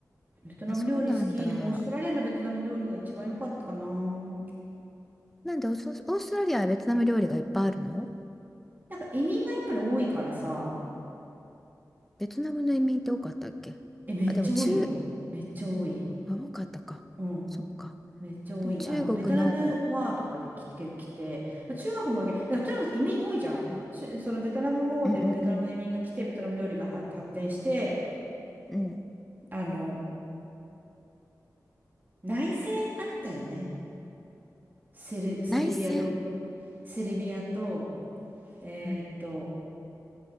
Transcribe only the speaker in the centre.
あ、そうなんだ。
なんでオースオーストラリアはベトナム料理がいっぱいあるの
ベトナムの移民って多かったっけあ、
でも中、
あ、多かったか。
そっか。
でも中国の、
うん
うんうん
うん。
内戦
うん、